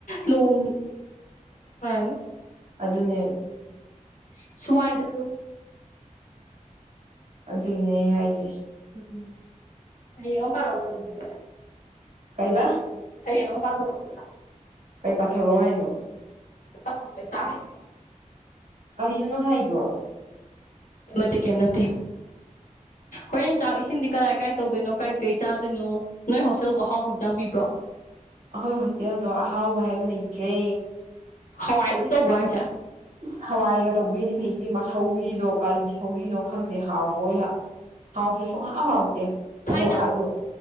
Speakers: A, on the left; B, on the right.
A: ꯂꯣꯡ <unintelligible>
B: ꯑꯗꯨꯅꯦ
A: ꯁ꯭ꯋꯥꯏꯗ ꯑꯗꯨꯝ
B: ꯑꯗꯨꯒꯤꯅꯦ ꯑꯩ ꯍꯥꯏꯖꯦ
A: ꯎꯝ ꯁꯩꯔꯦꯡ ꯑꯃ ꯄꯥꯔꯥꯎꯗꯅ ꯑꯗꯨꯗꯤ
B: ꯀꯩꯕꯥ
A: ꯁꯩꯔꯦꯡ ꯑꯃ ꯄꯥꯊꯧꯔꯛꯎ
B: ꯀꯩ ꯄꯥꯊꯔꯛꯑꯣ ꯍꯥꯏꯅꯣ
A: <unintelligible>
B: ꯀꯔꯤꯅꯣ ꯅꯪ ꯍꯥꯏꯗꯣ
A: ꯅꯠꯇꯦ ꯀꯩꯏꯝ ꯅꯠꯇꯦ ꯍꯣꯔꯦꯟ ꯆꯥꯛ ꯏꯁꯤꯡꯗꯤ ꯀꯔꯥꯏ ꯀꯥꯏ ꯇꯧꯗꯣꯏꯅꯣ ꯀꯥꯏ ꯀꯩ ꯆꯥꯗꯣꯏꯅꯣ ꯅꯣꯏ ꯍꯣꯁꯇꯦꯜꯕꯨ ꯑꯍꯥꯎꯕ ꯍꯤꯡꯖꯥꯡꯕꯤꯕ꯭ꯔꯣ
B: ꯑꯩꯈꯣꯏ ꯍꯣꯁꯇꯦꯜꯗꯣ ꯑꯍꯥꯎꯕ ꯍꯥꯏꯕ ꯂꯩꯇ꯭ꯔꯦ
A: ꯍꯋꯥꯏ ꯑꯗꯨꯝ ꯇꯧꯕ ꯍꯥꯏꯁꯦ
B: ꯏꯁ ꯍꯋꯥꯏꯒ ꯇꯧꯕꯤꯔꯗꯤ ꯐꯩ ꯏꯕꯦꯃꯥ ꯁꯧꯒꯔꯤꯗꯣ ꯀꯔꯤ ꯁꯧꯒꯔꯤꯅꯣ ꯈꯪꯗꯦ ꯍꯥꯎ ꯕꯣꯏ ꯍꯥ ꯍꯥꯎꯁꯨ ꯁꯨꯡ ꯍꯥꯎ ꯍꯥꯎꯇꯦ
A: ꯊꯥꯏꯅ
B: ꯑꯗꯨꯒ ꯑꯗꯨ